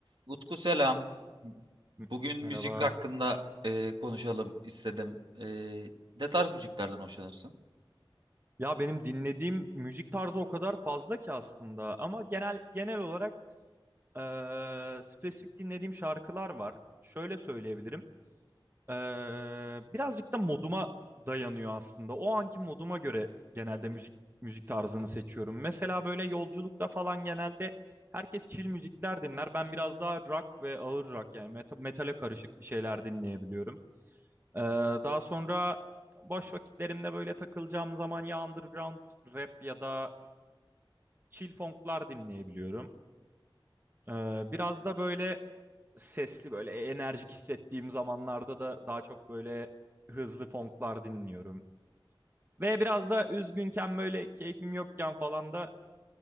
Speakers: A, on the right; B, on the right.
A: Utku selam.
B: M-
A: Bugün müzik
B: Merhaba.
A: hakkında e, konuşalım istedim. E, ne tarz müziklerden hoşlanırsın?
B: Ya benim dinlediğim müzik tarzı o kadar fazla ki aslında ama genel genel olarak eee, spesifik dinlediğim şarkılar var. Şöyle söyleyebilirim. Eee, birazcık da moduma dayanıyor aslında. O anki moduma göre genelde müzik müzik tarzını seçiyorum. Mesela böyle yolculukta falan genelde herkes chill müzikler dinler. Ben biraz daha rock ve ağır rock yani meta- metale karışık bir şeyler dinleyebiliyorum. Ee, daha sonra boş vakitlerimde böyle takılacağım zaman ya underground rap ya da chill funklar dinleyebiliyorum. Ee, biraz da böyle sesli böyle enerjik hissettiğim zamanlarda da daha çok böyle hızlı funklar dinliyorum. Ve biraz da üzgünken böyle keyfim yokken falan da